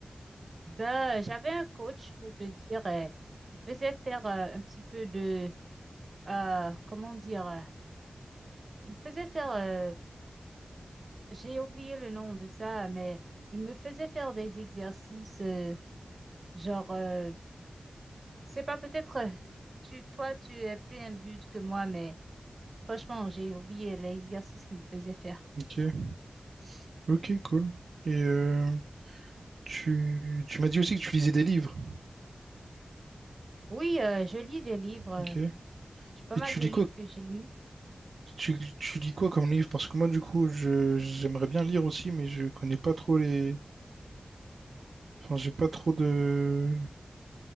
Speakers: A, on the right; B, on the right.
A: Ben, euh, j'avais un coach pour te dire, euh, il te faisait faire euh, un petit peu de euh, comment dire. euh, Il faisait faire, euh, j'ai oublié le nom de ça, mais il me faisait faire des exercices, euh, genre, euh, c'est pas peut-être, <laughs> euh, tu, toi, tu es plus imbude que moi, mais franchement, j'ai oublié l'exercice qu'il me faisait faire.
B: Ok, ok, cool. Et euh, tu, tu m'as dit aussi que tu lisais des livres.
A: Oui, euh, je lis des livres, euh,
B: Ok. Et
A: j'ai pas mal
B: tu
A: de
B: lis
A: livres
B: quoi,
A: que je lis.
B: tu, tu lis quoi comme livre? Parce que moi, du coup, je, j'aimerais bien lire aussi, mais je connais pas trop les, enfin, j'ai pas trop de,